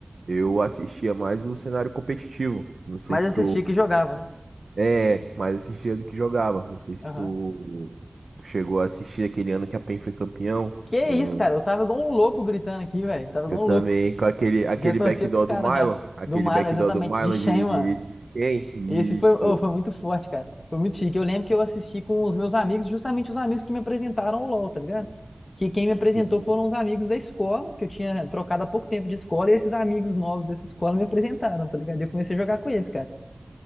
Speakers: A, on the right (about 80°); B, on the left (about 80°).
A: eu assistia mais o cenário competitivo. Não sei
B: Mas
A: se
B: assistia
A: tu
B: que jogava, né?
A: é, mais assistia do que jogava. Não sei se
B: Aham.
A: tu, tu chegou a assistir aquele ano que a PEN foi campeão
B: Que
A: com
B: isso, cara? Eu tava igual um louco gritando aqui, velho. Tava
A: eu
B: igual
A: também
B: um louco.
A: com aquele aquele
B: Já torcia
A: backdoor
B: pros caras
A: do Milo,
B: já.
A: aquele
B: Do Milo,
A: backdoor
B: exatamente.
A: do Milo
B: De Shen,
A: de
B: mano.
A: de, de quem? Isso.
B: Esse foi, oh, foi muito forte, cara. Foi muito chique. Eu lembro que eu assisti com os meus amigos, justamente os amigos que me apresentaram o LoL, tá ligado? Que quem me apresentou
A: Sim,
B: foram os amigos da escola, que eu tinha trocado há pouco tempo de escola, e esses amigos novos dessa escola me apresentaram, tá ligado? E eu comecei a jogar com eles, cara.